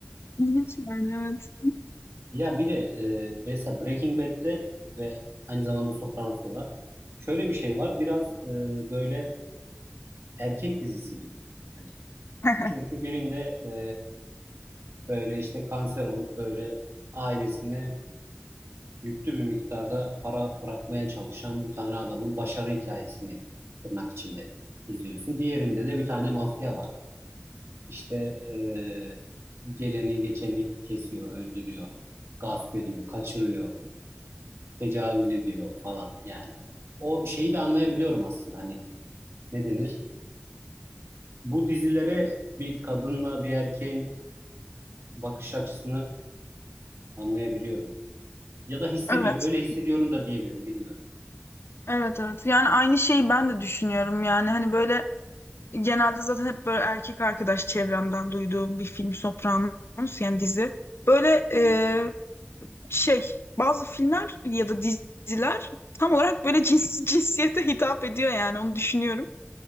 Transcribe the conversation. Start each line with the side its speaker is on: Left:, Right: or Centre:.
Left: İlginç yani evet.
Right: Ya bir de e, mesela Breaking Bad'de ve aynı zamanda Sopranos'ta da şöyle bir şey var. Biraz e, böyle erkek dizisi gibi. Hani
Left: <laughs>
Right: Çünkü birinde e, böyle işte kanser olup böyle ailesine yüklü bir miktarda para bırakmaya çalışan bir tane adamın başarı hikayesini tırnak içinde izliyorsun. Diğerinde de bir tane mafya var. İşte e, geleni geçeni kesiyor, öldürüyor, gasp ediyor, kaçırıyor, tecavüz ediyor falan yani. O şeyi de anlayabiliyorum aslında hani ne denir? Bu dizilere bir kadınla bir erkeğin bakış açısını anlayabiliyorum. Ya da hissediyor.
Left: Evet,
Right: Öyle hissediyorum da diyebilirim. Bilmiyorum.
Left: evet, evet. Yani aynı şeyi ben de düşünüyorum. Yani hani böyle genelde zaten hep böyle erkek arkadaş çevremden duyduğum bir film Sopranos yani dizi. Böyle
Right: Hı hı,
Left: e, şey bazı filmler ya da diziler tam olarak böyle <laughs> cins, cinsiyete hitap ediyor yani onu düşünüyorum.